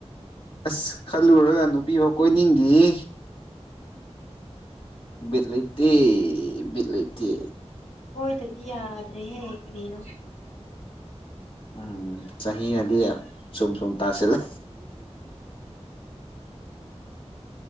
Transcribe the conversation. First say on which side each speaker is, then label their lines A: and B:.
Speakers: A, on the left; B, on the left.
A: ꯑꯁ ꯈꯜꯂꯨꯔꯒ ꯅꯨꯄꯤ ꯐꯥꯎ ꯀꯣꯏꯅꯤꯡꯗꯤꯌꯦ ꯕꯤꯠ ꯂꯩꯇꯦ ꯕꯤꯠ ꯂꯩꯇꯦ
B: ꯀꯣꯏꯗꯔꯗꯤ ꯌꯥꯗ꯭ꯔꯦꯍꯦ ꯀꯔꯤꯅꯣ
A: ꯎꯝ ꯆꯍꯤꯅꯗꯤ ꯁꯨꯝ ꯁꯨꯝ ꯇꯥꯁꯤꯜꯂꯤ